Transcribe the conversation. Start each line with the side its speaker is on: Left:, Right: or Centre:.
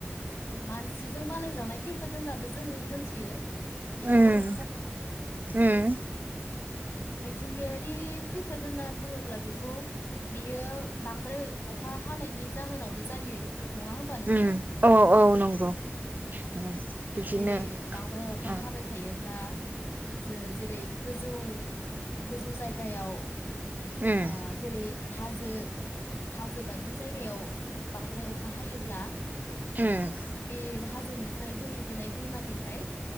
Left: मानसिजों बानायजानाय खैफोद होननाबो जों मोनथियो बेखौ
Right: ओम ओम
Left: मिथिंगायारि खैफोद होनना बुङोब्ला बेखौ बियो बांद्राय अखा हानायनि जाहोनावनो जायो नङा होमबा नोंथां?
Right: उम औ औ नंगौ उम बिदिनो
Left: जेरै बांद्राय अखा
Right: उम
Left: हाबाय थायो ब्ला जो जेरै गोजौ गोजौ जायगायाव
Right: उम
Left: आ जेरै हाजो हाजो बायदि जायगायाव बांद्राय अखा हायोब्ला
Right: उम
Left: बे हाजोनिफ्राय बोहैबोनाय दैमानिफ्राय